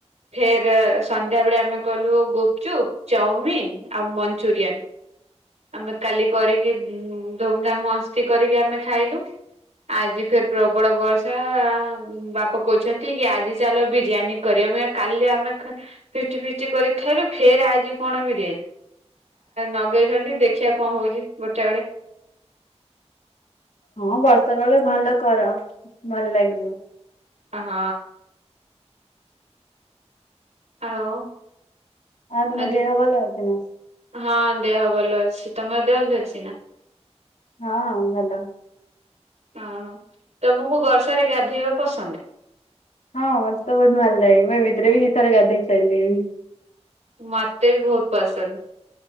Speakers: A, on the right; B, on the left.
A: ଫେର ସନ୍ଧ୍ୟାବେେଳେ ଆମେ କହଲୁ ଗୁପଚୁପ୍ ଚାଉମିିନ ଆଉ ମଞ୍ଚୁରିଆନ୍। ଆମେ କାଲି କରିକି ଉମ ଧୁମଧାମ ମସ୍ତି କରିକି ଆମେ ଖାଇଲୁ। ଆଜି ଫେର ପ୍ରବଳ ବର୍ଷା ବାପା କହୁଛନ୍ତି କି ଆଜି ଚାଲ ବିରିୟାନୀ କରମ କାଲି ଆମେ ଫିଷ୍ଟି ଫିଷ୍ଟି କରିିକ ଥୁ ଫେର ଆଜି କଣ ବିରି ନଗେଇଛନ୍ତି। ଦେଖିବା କଣ ହଉଛି ଗୋଟେ ବେଳେ।
B: ହଁ ବର୍ଷା ବେଳେ ଭଲ କର ଭଲ ଲାଗିବ।
A: ହଁ। ଆଉ
B: ଆଉ ତମ
A: ଆଜି
B: ଦେହ ଭଲ ଅଛି ନା?
A: ହଁ ଦେହ ଭଲ ଅଛି ତମର ଦେହ ଭଲ ଅଛି ନା?
B: ହଁ ଭଲ।
A: ହଁ ହଁ ତମକୁ ବର୍ଷାରେ ଗାଧୋଇବା ପସନ୍ଦ?
B: ହଁ ମତେ ତ ବହୁତ ଭଲ ଲାଗେ ମୁଁ ଏମିତିରେ ବି ଦି ଥର ଗାଧେଇସାଇଲିଣି।
A: ମତେ ବହୁତ ପସନ୍ଦ।